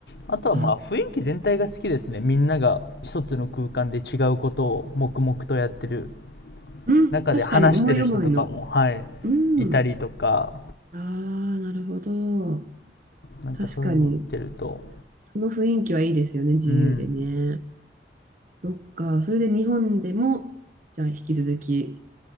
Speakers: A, on the left; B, on the right.
A: あとはまあ雰囲気全体が好きですね。
B: あ、
A: みんなが一つの空間で違うことを黙々とやってる
B: うん。
A: 中で話してる人とかも、
B: 確かに思い思いの。
A: はい、
B: うん。
A: いたりとか、
B: ああ、なるほど。
A: なんかそういうのを見てると、
B: 確かに。その雰囲気はいいですよね。自由でね。
A: うん、
B: そっか。それで日本でも、じゃあ引き続き